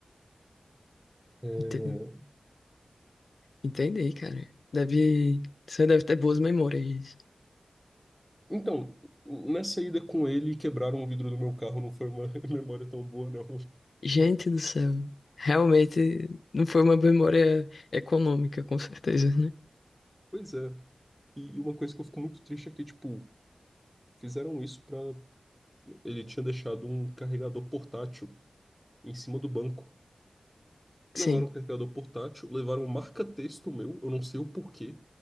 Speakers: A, in the centre; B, on the left.
A: É,
B: entendi. Entendi, cara. Deve. Você deve ter boas memórias.
A: Então, nessa ida com ele, quebraram o vidro do meu carro, não foi uma <laughs> memória tão boa, não.
B: Gente do céu. Realmente não foi uma memória econômica, com certeza, né?
A: Pois é. E e uma coisa que eu fico muito triste é que, tipo, fizeram isso pra. Ele tinha deixado um carregador portátil em cima do banco. Levaram
B: Sim,
A: o carregador portátil, levaram um marca-texto meu, eu não sei o porquê.